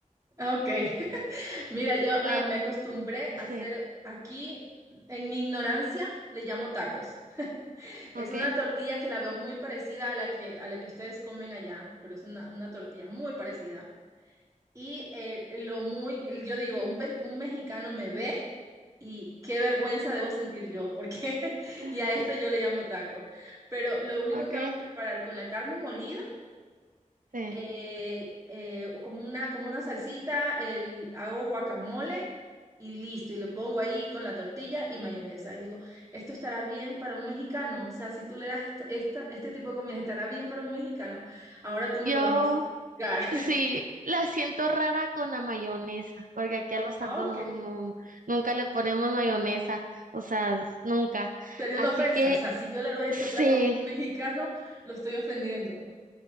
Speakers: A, on the right; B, on the right.
A: Ah, Ok. Mira, yo ah,
B: Le,
A: me acostumbré a hacer
B: sí,
A: aquí, en mi ignorancia, le llamo tacos. Es
B: ok,
A: una tortilla que la veo muy parecida a la que, a la que ustedes comen allá, pero es una, una tortilla muy parecida. Y eh, lo muy, el- yo digo, un, ve- un mexicano me ve y qué vergüenza debo sentir yo, porque <laughs>
B: <laughs>
A: y a esto yo le llamo taco. Pero lo único
B: ok,
A: que hago es preparar con la carne molida
B: sí.
A: eh, eh, o como una, como una salsita, el, hago guacamole y listo, y le pongo ahí con la tortilla y mayonesa. Y digo, esto estará bien para un mexicano, o sea, si tú le das esta, esta- este tipo de comida, estará bien para un mexicano, ahora tú me
B: Yo
A: lo vas a juzgar. <laughs>
B: sí la siento rara con la mayonesa, porque aquí a los tacos
A: Ah, ok.
B: no- no- no, nunca le ponemos mayonesa, o sea, nunca.
A: Sería
B: Así
A: una ofensa,
B: que
A: o sea, si yo le doy ese
B: sí.
A: plato a un mexicano, lo estoy ofendiendo.